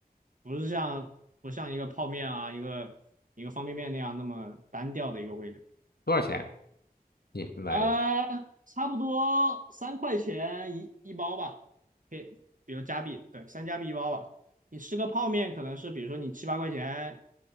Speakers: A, on the right (about 55°); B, on the left (about 85°).
A: 不是像不像一个泡面啊一个一个方便面那样那么单调的一个味蕾。
B: 多少钱啊？你你买的？
A: 啊，差不多三块钱一一包吧，可以，比如加币，对，三加币一包吧。你吃个泡面可能是，比如说你七八块钱，